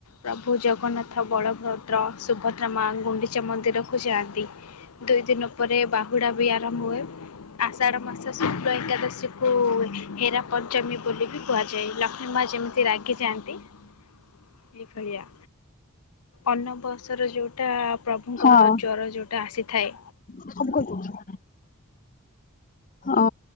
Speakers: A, on the left; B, on the left.
A: ପ୍ରଭୁ ଜଗନ୍ନାଥ ବଳଭଦ୍ର ସୁଭଦ୍ରା ମା ଗୁଣ୍ଡିଚା ମନ୍ଦିରକୁ ଯାଆନ୍ତି। ଦୁଇ ଦିନ ପରେ ବାହୁଡ଼ା ବି ଆରମ୍ଭ ହୁଏ। ଆଷଢ଼ ମାସ ଶୁକ୍ଳ ଏକାଦଶୀ କୁ ହେରା ପଞ୍ଚମୀ ବୋଲି ବି କୁହାଯାଏ ଲକ୍ଷ୍ମୀ ମା ଯେମିତି ରାଗି ଯାଆ ନ୍ତି ଏଇଭଳିଆ ଅନବସର ଯୋଉ ଟା ପ୍ରଭୁଙ୍କର
B: ହଁ
A: ଜ୍ଵର ଯୋଉଁଟା ଆସିଥାଏ।
B: <inaudible> ଅ